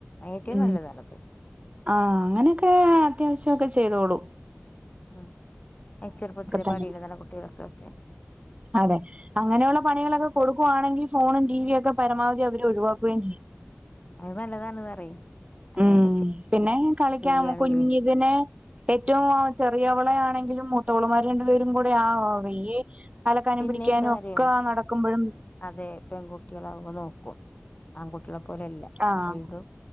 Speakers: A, on the left; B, on the right.
A: ഏറ്റവും
B: ഉ.
A: നല്ലതാണത്
B: ആ അങ്ങനെയൊക്കെ അത്യാവശ്യംക്കെ ചെയ്തോളൂ.
A: ഉം അ ചെറുപ്പത്തി
B: തന്നെ
A: പാടില്ല തന്ന കുട്ടികളൊക്കെ ഒക്കെ.
B: അതെ. അങ്ങനെയുള്ള പണികളൊക്കെ കൊടുക്കുവാണെങ്കിൽ ഫോണും ടി വിിയ ഒക്കെ പരമാവധി അവർ ഒഴിവാക്കുകയും ചെയ്യും.
A: അത് നല്ലതാണ് പറയും അങ്ങനെയൊക്കെ
B: ഉം പിന്നെ കളിക്കൻ
A: ചെയ്യാണെങ്കില്
B: ള്ളകുഞ്. ഇതിനെ ഏറ്റവും ചെറിയവളയാണെങ്കിലും മുത. തോളുമാര രണ്ടുപേരും കൂടെ ആ <unintelligible> അലക്കാനും
A: പിന്നെ
B: പിടിക്കാനും
A: എന്താന്നറിയോ
B: ഒക്കെ നടക്കുമ്പോഴും.
A: അതെ പെൺകുട്ടികളാവ് മ്പം നോക്കും. ആൺകുട്ടികളെ പോലെല്ല
B: ആഹ്
A: വലുതും